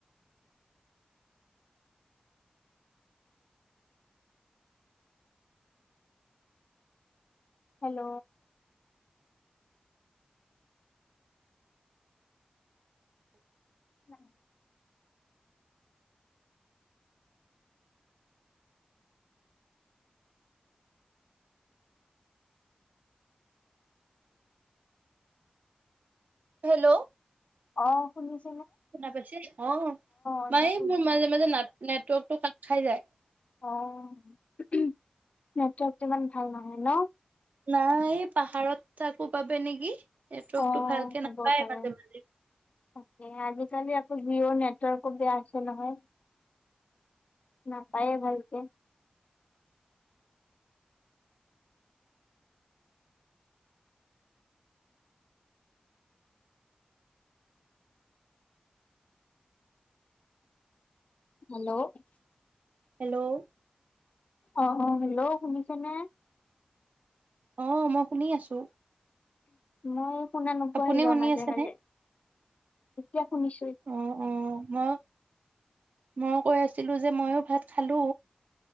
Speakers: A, on the left; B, on the right.
A: হেল্ল'? না
B: হেল্ল'?
A: অঁ' শুনিছো
B: শুনা পাইছো অঁ
A: এইবাৰ
B: মায়
A: শুনিছো
B: মোৰ মাজে মাজে নেট নেটৱৰ্ক কাত খাই যায়
A: অঁ নেটৱৰ্ক ইমান ভাল নহয় ন
B: নাই পাহাৰত থাকো বাবে নেকি নেটৱৰ্কটো
A: অঁ
B: ভালকে নাপায়
A: হব পাৰে
B: মাজে
A: তাকে
B: মাজে
A: আজিকালি জিঅ' নেটৱৰ্কো বেয়া আছে নহয় নাপায়ে ভালকৈ হেল্ল'
B: হেল্ল'
A: অঁ হেল্ল' শুনিছেনে
B: অঁ মই শুনি আছো
A: মই শুনা নোপোৱা
B: আপুনি
A: হৈ যাওঁ
B: শুনি
A: মাজে
B: আছেনে
A: মাজে এতিয়া শুনিছো
B: অ অ মই ময়ো কৈ আছিলো যে ময়ো ভাত খালো